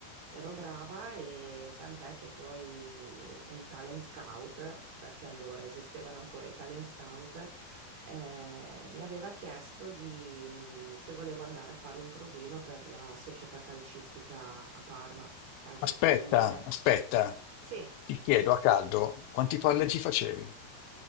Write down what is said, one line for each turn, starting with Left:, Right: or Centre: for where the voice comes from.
Right: ero brava e tant'è che poi un talent scout, perché allora esistevano ancora i talent scout, eh, mi aveva chiesto di, se volevo andare a fare un provino per la società calcistica a Parma, calcio
Left: Aspetta,
Right: femminile.
Left: aspetta.
Right: Sì.
Left: Ti chiedo a caldo quanti palleggi facevi?